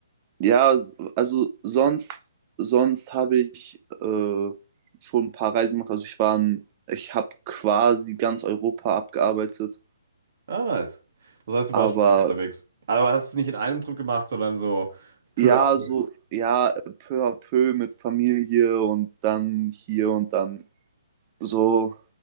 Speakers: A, on the right; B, on the right.
A: ja, also sonst, sonst habe ich äh, schon ein paar Reisen gemacht. Also ich war in, ich habe quasi ganz Europa abgearbeitet.
B: Ah, nice. Das heißt, du
A: Aber
B: warst schon viel unterwegs. Aber hast es nicht in einem Trip gemacht, sondern so peu
A: ja,
B: à peu.
A: so, ja, peu à peu mit Familie und dann hier und dann so